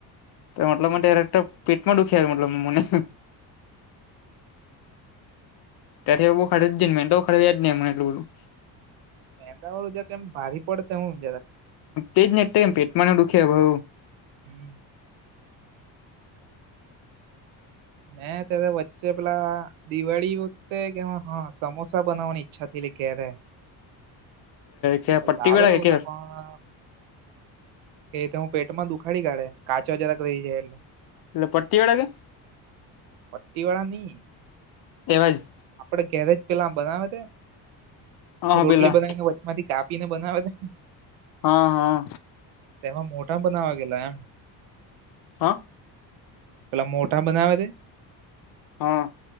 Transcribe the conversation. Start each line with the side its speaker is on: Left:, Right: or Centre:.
Left: મતલબ ત્યારેક પેટમાં દુખ્યા મતલબ મમને. ત્યારે એ બહ ખર જ ને તો ખ જ નહી એટલ બધું.
Right: મેંદાવાળું જ કેમ ભારે પડ ત હું જરા.
Left: તેજ એમ પેટમાંને દુખ્યા ભઉ.
Right: હમ. મે તો એ વચે પલા દિવાળી વખતે કે હા સમોસા બનાવવાની ઈચ્છા થઈ એટલે ઘેરે.
Left: કે પટ્ટી
Right: લાવેલો
Left: વાળા કે
Right: તો પણ કે તે હું પેટ માં દુખાડી કાઢે. કાચો જરા ક રહી જાય એટલે
Left: પટ્ટી વાળા કે
Right: પટી વાળ ની.
Left: એવાજ.
Right: આપડે ઘેરેજ પેલા બનાવે તે
Left: હા
Right: રોટલી
Left: પેલા
Right: બનાવીને માંથી કાપીને બનાવે તે.
Left: હા હા
Right: તેમાં મોટા બનાવવા ગેલા એમ
Left: હા
Right: પેલા મોટા બનાવે દે.
Left: હા.